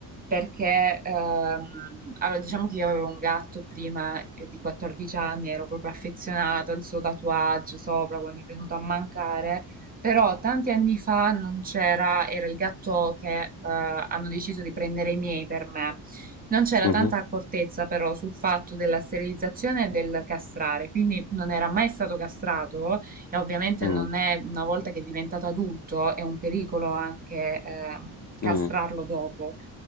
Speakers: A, on the right; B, on the left.
A: perché ehm, allora diciamo che io avevo un gatto prima eh, di 14 anni, ero proprio affezionata al suo tatuaggio sopra quando è venuto a mancare, però tanti anni fa non c'era, era il gatto che eh, hanno deciso di prendere i miei per me. Non c'era
B: Mhm,
A: tanta accortezza però sul fatto della sterilizzazione e del castrare, quindi non era mai stato castrato e ovviamente
B: mm,
A: non è una volta che è diventato adulto, è un pericolo anche eh, castrarlo
B: mm,
A: dopo.